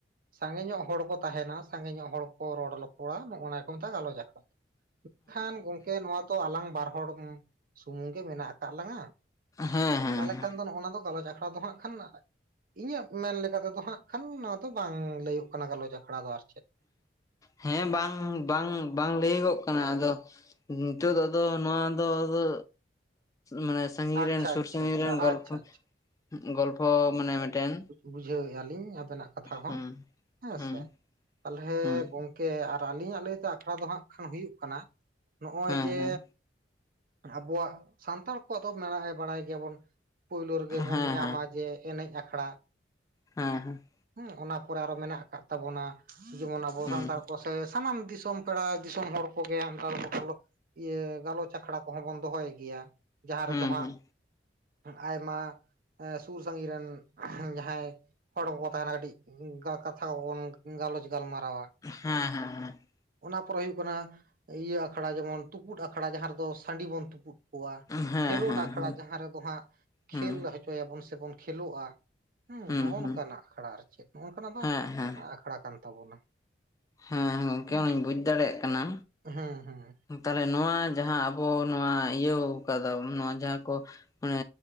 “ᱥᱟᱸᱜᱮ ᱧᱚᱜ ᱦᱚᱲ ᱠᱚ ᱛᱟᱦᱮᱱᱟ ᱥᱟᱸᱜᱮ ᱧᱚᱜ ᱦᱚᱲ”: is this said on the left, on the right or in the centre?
Right